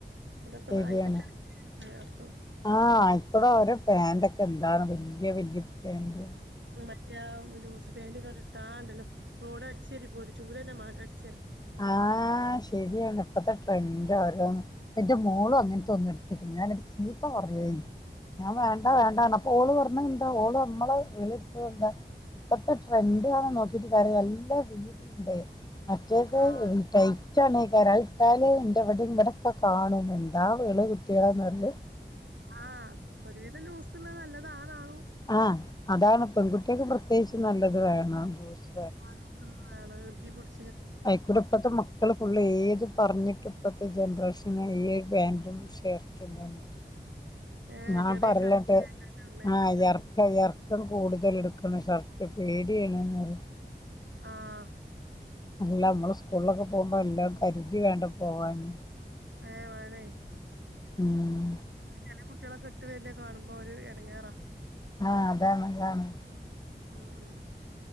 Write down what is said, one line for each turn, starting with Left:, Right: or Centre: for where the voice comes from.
Right: അതൊക്കെ
Left: ശരിയാണ്
Right: ഒന്ന് ആയി കിട്ടാൻ പ്രയാസം
Left: ആഹ് ആ ഇപ്പള് അവരെ പാന്റ ഒക്കെ എന്താണ് വല്യ വലു പാന്റ്
Right: മറ്റേ ജൂസ് പെയിന്റ് ഇട്ടിട്ടാണ്ടല്ലോ റോട് അടിച്ചേരി പോയി ഒരു ചൂല തന്നെ മാണ്ട അടി
Left: ആഹ് ശരിയാണ് ഇപ്പത്തെ ട്രെൻഡ ഓരോ എന്റെ മോളും അങ്ങനെ തൊന്ന് എട <unintelligible> ഞാന്ചീത്ത പറഞ്ഞ ഞാൻ വേണ്ട വേണ്ടാന്ന് പറഞപ്പോ ഓള് പറഞ് ഓള് നമ്മളെ വെള് എടുത്തത് കൊണ്ടാ ഇപ്പഴത്തെ ട്രെൻഡ് ആണ് നോക്കിട്ട് കര്യല്ല നല്ല വീതി ണ്ട് മറ്റേത്
Right: ആഹ്
Left: ടെ ടൈറ്റാനിക്കരം അത് ഇട്ടാല് ഇന്റെ ഇവിടെ ഇവിടെൊക്കെ കാണും എന്താ വെള് കുട്ടികളെ എന്നറിയേ
Right: ആഹ് ഒരുവിധം ലൂസ് ഉള്ളത് നല്ലതാണാണും
Left: ആ അതാണ് പെൺകുട്ടിയക്ക് പ്രത്യേകിച്ച് നല്ലത് വേണം ലൂസ്
Right: ആ സോപ് ഇല്ല ആള് ഇറികി പിടിച്ച്
Left: അയിക്കുടി ഇപ്പഴത്തെ മക്കള് ഫുള്ളള് ഏത് പറഞ്ഞിട്ട് ഇപ്പത്ത് ജനറേഷനാല്ലെ ഈ ഒരു പാന്റും ഷർ്ടും തന്നു
Right: ഏഹ്
Left: ഞാൻ
Right: ചെറിയ
Left: പറല്ട്ട്
Right: ഷർട്ടും പാന്റും ഒക്കെ ഇടണേ
Left: ആ ഇർക്ക ഇർ ഇറക്കം കൂടുതല് എടുക്കണം സഷർട്ട് പേടിയാണ് ന്ന് പറയും
Right: ആഹ്
Left: അല്ല നമ്മള് സ്കൂളിലൊക്കെ പോകുമ്പോ എല്ലാം കരുതി വേണ്ടെ പോവാന്
Right: ഏഹ് വേണം
Left: ഉം
Right: ചില കുട്ടികളൊക്കെ ഇട്ട് വര്നയ് കാണുമ്പോൾ ഒരു ഇടങ്ങേറാ
Left: ആ അതാണ് അതാണ്.
Right: ഉം ഉം